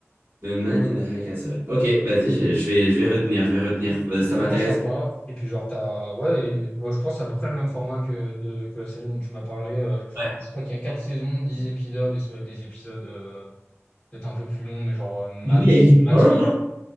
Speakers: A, on the right; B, on the left.
A: The Man in the High Castle. Ok, vas-y, je, je vais, je vais retenir, je vais retenir. Euh, ça
B: vraiment
A: m'intéresse.
B: sympa et puis genre t'as ouais et- ouais, je pense que c'est à peu près le même format que de que la série dont tu m'as parlé euh,
A: Ouais.
B: je crois qu'il y a quatre saisons 10 épisodes et ça doit être des épisodes euh, peut-être un peu plus longs mais genre euh, max
A: Du coup, il y a une
B: max
A: fin,
B: une
A: genre?
B: heure